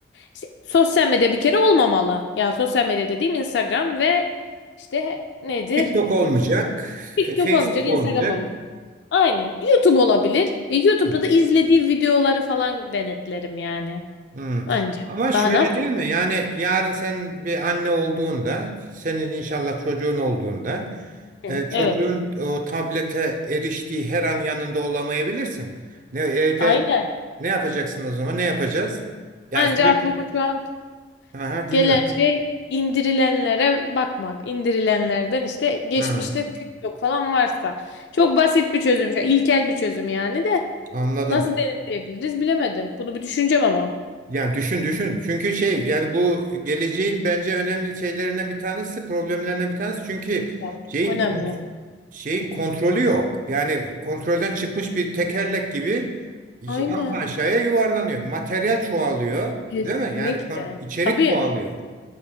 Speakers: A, on the left (about 65°); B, on the right (about 45°).
A: İşte sosyal medya bir kere olmamalı. Yani sosyal medya dediğim Instagram ve işte nedir?
B: TikTok olmayacak,
A: TikTok
B: F- Facebook
A: olmayacak, Instagram
B: olmayacak.
A: olmayacak. Aynen. YouTube olabilir. E, YouTube'da
B: Hı,
A: da izlediği videoları falan denetlerim yani.
B: hı.
A: Anca.
B: Ama şöyle
A: Daha ne yapacağım?
B: değil mi? Yani yarın sen bir anne olduğunda, senin inşallah çocuğun olduğunda,
A: ki?
B: e, çocuğun
A: Evet.
B: o tablete eriştiği her an yanında olamayabilirsin. Ne evde
A: Aynen.
B: ne yapacaksın o zaman? Ne yapacağız? Yani
A: Anca
B: sürekli
A: aklıma şu an
B: aha, dinliyorum.
A: gelen şey indirilenlere bakmak. İndirilenlerden işte geçmişte
B: Ha,
A: TikTok falan varsa. Çok basit bir çözüm. Şu an, ilkel bir çözüm yani de.
B: anladım.
A: Nasıl denetleyebiliriz bilemedim. Bunu bir düşüneceğim ama.
B: Yani düşün düşün. Çünkü şey yani bu geleceğin bence önemli şeylerinden bir tanesi, problemlerinden bir tanesi. Çünkü
A: Ya, Çok
B: şeyin
A: önemli.
B: kont- şeyin kontrolü yok. Yani kontrolden çıkmış bir tekerlek gibi
A: Aynen.
B: paşaya yuvarlanıyor. Materyal çoğalıyor,
A: Kesinlikle.
B: değil mi? Yani kon- içerik
A: Tabii.
B: çoğalıyor